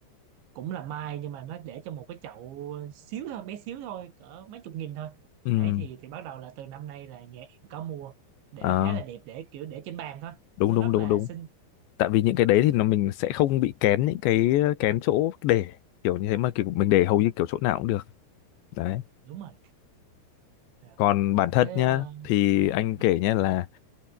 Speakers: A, on the right; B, on the left.
A: cũng là mai nhưng mà nó để trong một cái chậu xíu thôi bé xíu thôi cỡ mấy chục nghìn thôi
B: ừ.
A: đấy thì thì bắt đầu là từ năm nay là nhà em có mua để
B: À,
A: khá là đẹp để kiểu để trên bàn thôi
B: đúng
A: nó
B: đúng
A: rất
B: đúng
A: là
B: đúng.
A: xinh
B: tại vì những cái đấy thì nó mình sẽ không bị kén những cái kén chỗ để kiểu như thế mà kiểu mình để hầu như kiểu chỗ nào cũng được đấy
A: đúng rồi Dạ.
B: còn bản thân
A: thế
B: nhá
A: ờ,
B: thì
A: dạ
B: anh
A: dạ.
B: kể nhá là